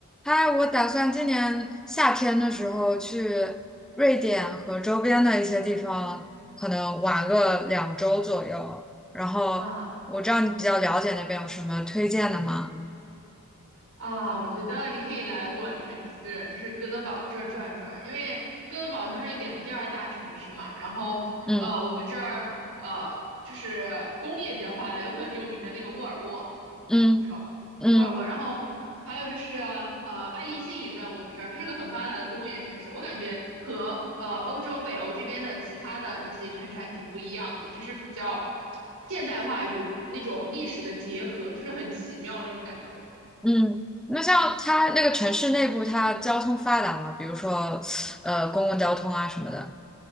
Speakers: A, in the centre; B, on the right.
A: 嗨，我打算今年夏天的时候去瑞典和周边的一些地方，可能玩个两周左右。然后我知道你比较了解那边有什么推荐的吗？
B: 啊啊，我觉得你可以来我的城市，就是哥德堡这儿转转，因为哥德堡是瑞典第二大城市嘛。然后，
A: 嗯
B: 呃，我们这儿呃就是工业比较发达，有很有名的那个沃尔沃，
A: 嗯嗯
B: 你知道吧？沃尔沃。然后还有就是呃，爱立信也在我们这儿，这是个很发达的工业城市。我感觉和呃欧洲北欧这边的其他的这些城市还挺不一样的，就是比较现代化与那种历史的结合，就是很奇妙那种感觉。
A: 嗯。那像它那个城市内部，它交通发达吗？比如说，呃，公共交通啊什么的。